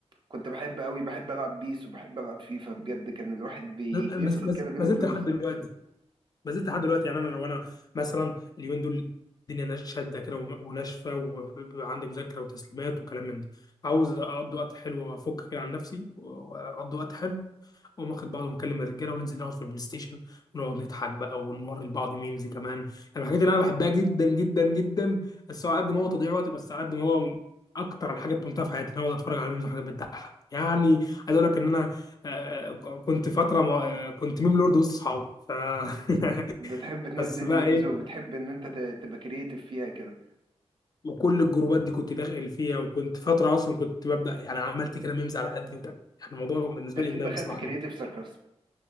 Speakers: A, on the right (about 45°); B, on the left (about 35°).
A: كنت بحب قوي بحب العب بيس وبحب العب فيفا بجد كان الواحد بي-
B: أنا
A: بيفصل
B: ما زلت ما
A: كده
B: زل-
A: بين
B: ما
A: الدروس
B: زلت لحد دلوقتي ما زلت لحد دلوقتي يعني انا لو انا مثلا اليومين دول الدنيا ناش- شاده كده وم- وناشفه وعندي مذاكره وتسليمات وكلام من ده عاوز اقضي وقت حلو وافك كده عن نفسي واقضي وقت حلو اقوم واخد بعضه ومكلم الرجاله وننزل نقعد في البلاي ستيشن ونقعد نضحك بقى ونوري لبعض ميمز كمان يعني من الحاجات اللي انا بحبها جدا جدا جدا بس هو قد ما هو تضييع وقت بس على قد ما هو اكتر الحاجات بممتعه في حياتي ان انا اقعد اتفرج على ميمز وحاجات بتضحك يعني عايز اقول لك ان انا آه، كنت فتره ما- آه، كنت ميم لورد وسط اصحابي ف <laughs>
A: بتحب تنزل
B: بس بقى
A: ميمز
B: ايه
A: وبتحب ان انت ت- تبقى كرييتيف فيها كده
B: وكل الجروبات دي كنت داخل فيها وكنت فتره اصلا كنت ببدا يعني عملت كده ميمز على قدي وتاني يعني الموضوع بالنسبه
A: اكيد
B: لي ادمان
A: دخلت
B: بصراحه
A: كرييتيف
B: جدا
A: ساركاسم